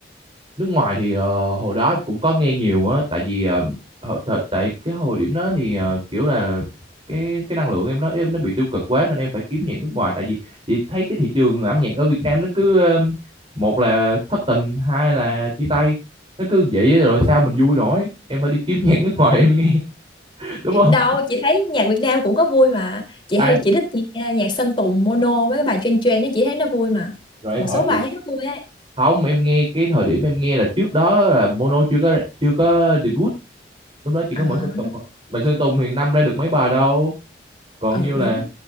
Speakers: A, on the right; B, on the left.
A: nước ngoài thì ờ, hồi đó cũng có nghe nhiều á tại vì ờ, hồi- thời- tại cái hồi điểm đó thì ờ, kiểu là cái cái năng lượng em nó em nó bị tiêu cực quá nên em phải kiếm nhạc nước ngoài tại vì chị thấy cái thị trường âm nhạc ở Việt Nam nó cứ ờ, một là thất tình hai là chia tay nó cứ vậy á, rồi sao mình vui nổi em phải đi kiếm nhạc nước ngoài em nghe <laughs> đúng không
B: Đâu, chị thấy nhạc Việt Nam cũng có vui mà. Chị
A: ai
B: hay chị thích nghe nhạc Sơn Tùng, Mono mấy cái bài trên trên nó chị thấy nó vui mà.
A: rồi em
B: Một
A: hỏi
B: số bài
A: chị
B: thấy nó vui ấy.
A: không em nghe cái thời điểm em nghe là trước đó là Mono chưa có chưa có debut lúc đó chỉ
B: À,
A: có mỗi Sơn Tùng thôi mà Sơn Tùng hiện năm ra được mấy bài đâu còn
B: ừ
A: như là
B: đúng.